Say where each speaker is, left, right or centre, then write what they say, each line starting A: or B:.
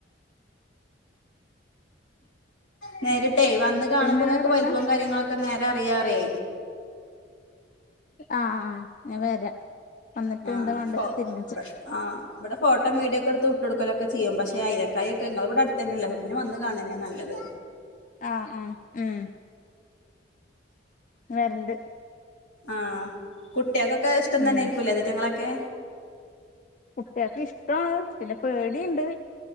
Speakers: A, on the left; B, on the left.
A: നേരിട്ട ട്ടെ വന്ന് കാണുമ്പോക്ക്
B: പിന്നെ
A: ങ്ങക്ക്
B: വേറെന്താ
A: വലിപ്പം കാര്യങ്ങളൊക്കെ നേരെ അറിയാറേ
B: ആഹ ഞ വരാ. വന്നിട്ട്
A: ആഹ
B: എന്താ വാണ്ടച്ച തീരുമാനിച്ച
A: ആഹടെ ഫോട്ട ഇം വീടൊക്ക എടുട്ട്ടുക്കലൊക്കെ ചെയ്യും പക്ഷെ അയിനെ ക്കായൊക്കെങ്ങള ഇവിടടുത്തന്നെല്ലേ പിന്നെ വന്ന് കാണന്നെ നല്ലത്.
B: ആഹ ആഹ ഉം വരണ്ട്.
A: ആഹ കുട്ടികൾക്കൊക്കെ ഇഷ്ടം
B: ഉം
A: തന്നൊയിരിക്കൂല അതിറ്റങ്ങളൊക്കെ?
B: കുട്ട്യേൾക്കു ഷ്ടോ ആണ് പിന്നെ പേടിയുണ്ട്.